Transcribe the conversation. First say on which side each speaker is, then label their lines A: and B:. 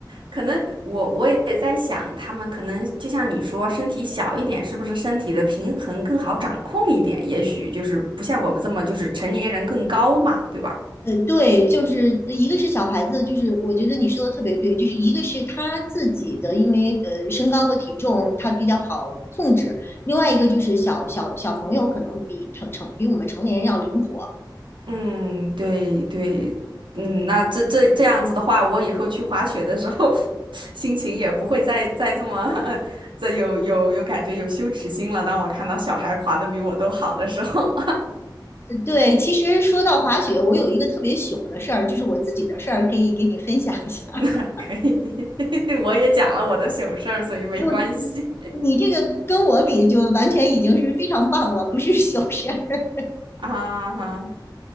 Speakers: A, on the right (about 80°); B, on the left (about 30°).
A: 可能我我也在想，他们可能就像你说，身体小一点，是不是身体的平衡更好掌控一点？也许就是不像我们这么，就是成年人更高嘛，对吧？
B: 呃，对，就是呃一个是小孩子，就是我觉得你说的特别对，就是一个是他自己的，因为呃身高和体重他比较好控制，另外一个就是小小小朋友可能比成成比我们成年人要灵活，
A: 嗯，对对，嗯，那这这这样子的话，我以后去滑雪的时候，<laughs> 心情也不会再再这么 <laughs> 这有有有感觉有羞耻心了。当我看到小孩滑的比我都好的时候，
B: 对，其实说到滑雪，我有一个特别糗的事儿，就是我自己的事儿，可以给你分享一下。<laughs>
A: <laughs> 可以，<laughs> 我也讲了我的糗事儿，所以没关系
B: 不，你这个跟我比，就完全已经是非常棒了，不是糗事儿。<laughs>
A: <laughs> 啊哈。